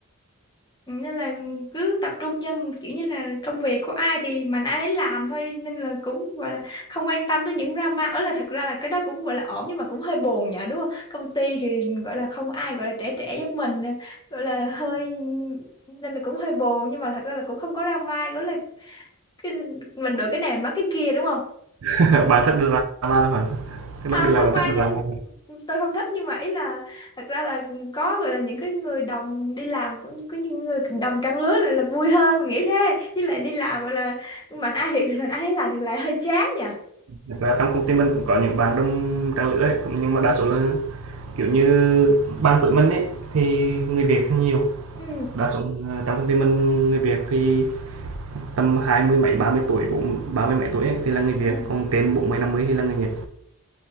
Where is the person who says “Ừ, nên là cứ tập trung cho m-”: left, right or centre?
Left